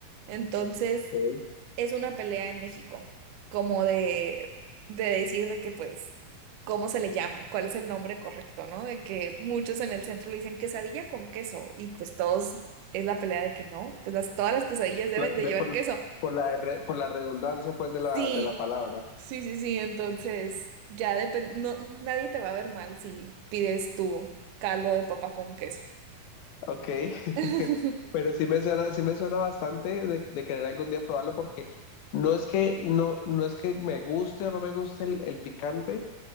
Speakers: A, on the right; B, on the left.
A: Entonces,
B: ok.
A: es una pelea en México, como de, de decir de que, pues, ¿cómo se le llama? ¿Cuál es el nombre correcto, no? De que muchos en el centro le dicen quesadilla con queso y pues todos es la pelea de que no, pues las, todas las quesadillas deben
B: La- de
A: de llevar
B: por,
A: queso.
B: por la, re- por la redundancia, pues, de
A: Sí,
B: la, de la palabra.
A: sí, sí, sí. Entonces, ya depende, no, nadie te va a ver mal si pides tu caldo de papa con queso.
B: Ok. <laughs>
A: <laughs> Ujú.
B: Pero sí me suena, sí me suena bastante de, de querer algún día probarlo porque no es que, no, no es que me guste o no me guste el, el picante.